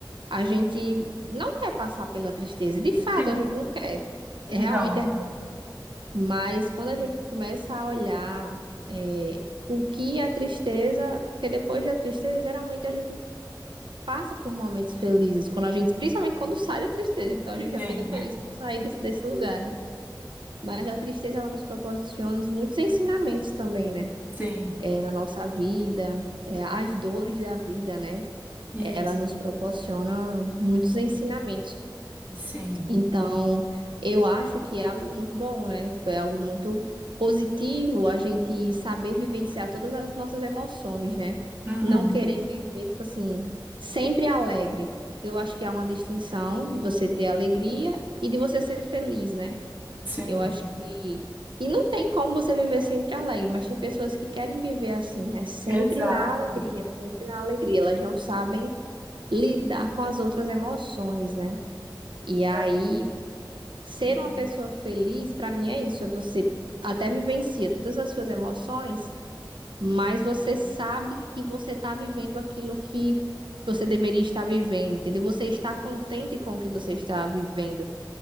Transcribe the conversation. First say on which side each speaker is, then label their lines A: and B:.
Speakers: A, on the right; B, on the right.
A: a gente não quer passar pela tristeza. De fato,
B: Sim.
A: a gente não quer. É,
B: Não,
A: Realmente é ruim. Mas quando a gente começa a olhar, é, o que a tristeza, porque depois da tristeza, geralmente a gente passa por momentos felizes, quando a gente, principalmente quando sai da tristeza, então a gente já
B: sim,
A: fica feliz por sair desse, desse lugar, né? Mas a tristeza, ela nos proporciona muitos ensinamentos também, né?
B: sim,
A: É, na nossa vida, é, as dores da vida, né?
B: isso,
A: Ela nos proporciona muitos ensinamentos.
B: sim,
A: Então, eu acho que é algo muito bom, né? Tipo, é algo muito positivo a gente saber vivenciar todas as nossas emoções, né?
B: uhum,
A: Não querer viver, tipo assim, sempre alegre, porque eu acho que há uma distinção de você ter alegria e de você ser feliz, né?
B: sim,
A: Eu acho que. E não tem como você viver sempre alegre, mas tem pessoas que querem viver assim, né? Sempre
B: exato,
A: na alegria, sempre na alegria. Elas não sabem lidar com as outras emoções, né? E aí.
B: é,
A: Ser uma pessoa feliz, para mim, é isso. É você até vivencia todas as suas emoções, mas você sabe que você está vivendo aquilo que você deveria estar vivendo, entendeu? Você está contente com o que você está vivendo